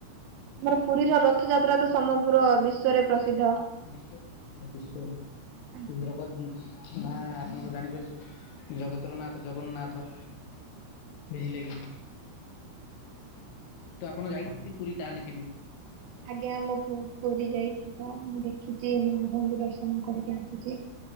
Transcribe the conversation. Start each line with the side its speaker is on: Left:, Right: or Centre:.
Right: ଆମର ପୁରୀର ରଥଯାତ୍ରା ତ ସମଗ୍ର ବିଶ୍ଵରେ ପ୍ରସିଦ୍ଧ।
Left: ବିଶ୍ୱ ସମଗ୍ର ବିଶ୍ୱରେ
Right: ଆଜ୍ଞା
Left: <unintelligible> ନାଁ ଆପଣଙ୍କ ଜାଣିପାରି ଜଗତରନାଥ ଜଗନ୍ନାଥ, ବୁଝିଲେ କି? ତ ଆପଣ ଯାଇଛନ୍ତି ପୁରୀ ତାହେଲେ କେବେ?
Right: ଆଜ୍ଞା, ମୁଁ ବହୁତ ପୁରୀ ଯାଇଛି ମୁଁ, ଦେଖିଛି ମହାପ୍ରଭୁଙ୍କୁ ଦର୍ଶନ କରିକି ଆସିଛି